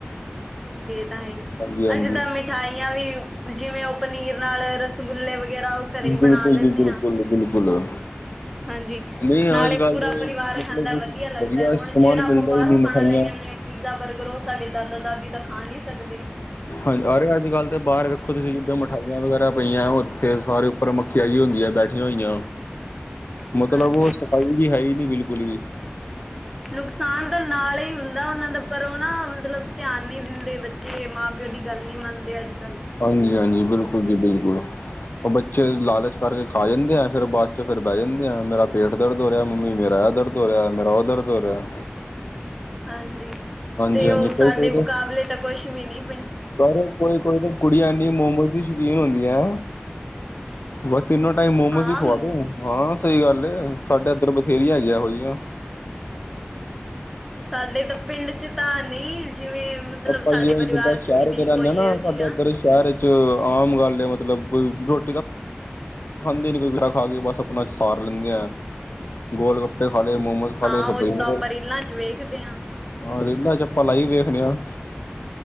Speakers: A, in the centre; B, on the left.
A: ਤਾਂ ਹੀ।
B: ਹਾਂਜੀ ਹਾਂਜੀ
A: ਅਸੀਂ ਤਾਂ ਮਿਠਾਈਆਂ ਵੀ, ਜਿਵੇਂ ਉਹ ਪਨੀਰ ਨਾਲ ਰਸਗੁੇ ਵਗੈਰਾ ਘਰੇ ਹੀ
B: ਬਿਲਕੁਲ
A: ਬਣਾ ਲੈਂਦੇ
B: ਜੀ, ਬਿਲਕੁਲ
A: ਹਾਂ
B: ਜੀ, ਬਿਲਕੁਲ।
A: ਹਾਂਜੀ,
B: ਨਹੀਂ
A: ਨਾਲੇ
B: ਅੱਜ ਕੱਲ੍ਹ
A: ਪੂਰਾ
B: ਦੇ
A: ਪਰਿਵਾਰ
B: ਮਤਲਬ
A: ਖਾਂਦਾ
B: ਕੁਛ
A: ਵਧੀਆ ਲੱਗਦਾ ਹੁਣ
B: ਸਮਾਨ
A: ਜਿਹੜਾ
B: ਮਿਲਦਾ
A: ਆਪਾਂ ਬਾਹਰੋਂ
B: ਹੀ ਨਹੀਂ
A: ਖਾਣਾ
B: ਮਿਠਾਈਆਂ
A: ਲੈ ਆਣੇ ਆ। ਪੀਜ਼ਾ, ਬਰਗਰ, ਉਹ ਸਾਡੇ ਦਾਦ-ਦਾਦੀ ਤਾਂ ਖਾ ਨਹੀਂ ਸਕਦੇ।
B: ਹਾਂਜੀ, ਅਰੇ ਅੱਜ ਕੱਲ੍ਹ ਤੇ ਬਾਹਰ ਵੇਖੋ, ਤੁਸੀਂ ਜਿੱਦਾਂ ਮਿਠਾਈਆਂ ਵਗੈਰਾ ਪਈਆਂ ਉੱਥੇ ਸਾਰੇ ਪਰ ਮੱਖਿਆ ਜਿਹਾ ਹੁੰਦੀ ਏ ਬੈਠੀਆਂ ਹੋਈਆਂ।
A: <inaudible>
B: ਮਤਲਬ
A: ਹਾਂਜੀ
B: ਉਹ ਸਫਾਈ ਜਿਹ ਹੈ ਹੀ ਨੀ ਬਿਲਕੁਲ ਵੀ
A: <inaudible> ਨੁਕਸਾਨ ਤਾਂ ਨਾਲ ਹੀ ਹੁੰਦਾ। ਉਹਨਾਂ ਦਾ ਪਰ ਉਹ ਨਾ ਮਤਲਬ ਧਿਆਨ ਨੀ ਦਿੰਦੇ, ਬੱਚੇ ਮਾਂ-ਪਿਓ ਦੀ ਗੱਲ ਨੀ ਮੰਨਦੇ ਅੱਜ-ਕੱਲ੍ਹ
B: ਹਾਂਜੀ-ਹਾਂਜੀ ਬਿਲਕੁਲ ਜੀ ਬਿਲਕੁਲ। ਉਹ ਬੱਚੇ ਲਾਲਚ ਕਰਕੇ ਖਾ ਜਾਂਦੇ ਆ‌ ਫੇਰ ਬਾਅਦ ਚੋਂ ਫੇਰ ਬਹਿ ਜਾਂਦੇ ਆ ਮੇਰਾ ਪੇਠ ਦਰਦ ਹੋ ਰਿਹਾ। ਮੰਮੀ ਮੇਰਾ ਇਹ ਦਰਦ ਹੋ ਰਿਹਾ। ਮੇਰਾ ਉਹ ਦਰਦ ਹੋ ਰਿਹਾ।
A: ਹਾਂਜੀ,
B: ਹਾਂਜੀ
A: ਤੇ
B: ਹਾਂਜੀ
A: ਉਹ
B: ਕੋਈ
A: ਸਾਡੇ
B: ਕੋਈ ਤੇ
A: ਮੁਕਾਬਲੇ ਤਾਂ ਕੁਛ ਵੀ ਨੀ।
B: ਪਰ ਕੋਈ ਕੋਈ ਤੇ ਕੁੜੀਆਂ ਇਨੀ ਮੋਮੋ ਦੀਆਂ ਸ਼ੌਕੀਨ ਹੁੰਦੀਆਂ। ਬਸ, ਤਿੰਨੋ ਟਾਈਮ ਮੋਮੋਸ
A: ਹਾਂ
B: ਹੀ ਖਵਾਦੋ, ਹਾਂ ਸਹੀ ਗੱਲ ਐ। ਸਾਡੇ ਇੱਧਰ ਬਥੇਰੀਆਂ ਹੈਗੀਆਂ ਇਹੋ ਜਿਹੀਆਂ।
A: ਸਾਡੇ ਤਾਂ ਪਿੰਡ ਚ ਤਾਂ ਨਹੀਂ ਜਿਵੇਂ ਮਤਲਬ
B: ਆਪਾਂ
A: ਸਾਡੇ
B: ਜੀ
A: ਪਰਿਵਾਰ
B: ਜਿੱਦਾਂ ਸ਼ਹਿਰ
A: ਵੀ ਨਹੀਂ
B: ਚ ਰਦੇ
A: ਕੋਈ
B: ਹਾਂ ਨਾ,
A: ਇਹੋ ਜਿਹੀਆਂ
B: ਸਾਡਾ ਉੱਧਰ ਸ਼ਹਿਰ ਵਿਚ ਆਮ ਗੱਲ ਮਤਲਬ ਰੋਟੀ ਦਾ ਖਾਂਦੀ ਨ ਕੋਈ ਗਿਰਾ ਖਾ ਕੇ, ਬਸ ਆਪਣਾ ਸਾਰ ਲੈਂਦੇ। ਗੋਲ ਗੱਪੇ ਖਾ ਲਏ, ਮੋਮੋਸ
A: ਹਾਂ
B: ਹਲੇ <unintelligible>
A: ਉਹ ਤਾਂ ਆਪਾਂ ਰੀਲਾਂ ਚ ਵੇਖਦੇ ਹਾਂ
B: ਹਾਂ, ਇਦਾਂ ਆਪਾਂ ਲਾਈਫ ਦੇਖਦੇ ਆਂ।